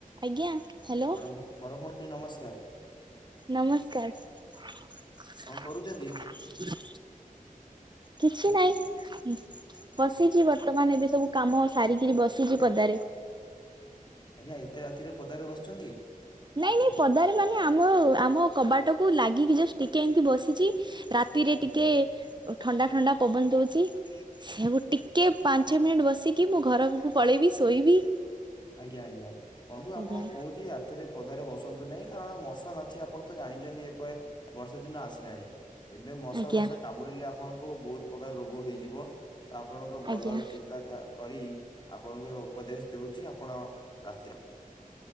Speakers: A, on the right; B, on the left.
A: ଆଜ୍ଞା ହ୍ୟାଲୋ।
B: ବଡ ଭ- ବଡ ଭଉଣୀ ନମସ୍କାର
A: ନମସ୍କାର।
B: କଣ କରୁଛନ୍ତି?
A: କିଛି ନାଇଁ। ବସିଚି ବର୍ତ୍ତମାନ ଏବେ ସବୁ କାମ ସାରିକିରି ବସିଚି ପଦାରେ।
B: ଆଜ୍ଞା ଏତେ ରାତିରେ ପଦାରେ ବସୁଚନ୍ତି।
A: ନାଇଁ ନାଇଁ ପଦାରେ ମାନେ ଆମ ଆମ କବାଟକୁ ଲାଗିକି ଜଷ୍ଟ ଟିକେ ଏମିତି ବସିଚି, ରା ତିରେ
B: ଆଜ୍ଞା
A: ଟିକେ ଥଣ୍ଡା ଥଣ୍ଡା ପବନ ଦଉଚି। ସେଉ ଟିକେ ପାଞ୍ଚ ମିନିଟ ବସିକି ମୁଁ ଘରକୁ ପଳେଇବି ଶୋଇବି।
B: ଆଜ୍ଞା ଆଜ୍ଞା। ବନ୍ଧୁ ଆପଣ
A: ଆଜ୍ଞା
B: କହୁଚି ରାତିରେ ପଦାରେ ବସନ୍ତୁ ନାହିଁ କାରଣ ମଶା, ମାଛି ଆପଣ ତ ଜାଣିଛନ୍ତି ଏବେ ବର୍ଷେ ଦିନ ଆସିଲାଣି, ଏବେ ମଶା
A: ଆଜ୍ଞା
B: ଫସା କାମୁଡ଼ିଲେ ଆପଣଙ୍କୁ ବହୁତ ପ୍ରକାର ରୋଗ ହେଇଯିବ, ତ ଆପଣଙ୍କ ଭଲ
A: ଆଜ୍ଞା
B: ଚିନ୍ତାତା କରି ଆପଣଙ୍କୁ ଏ ଉପଦେଶ ଦଉଚି, ଆପଣ ରାତିରେ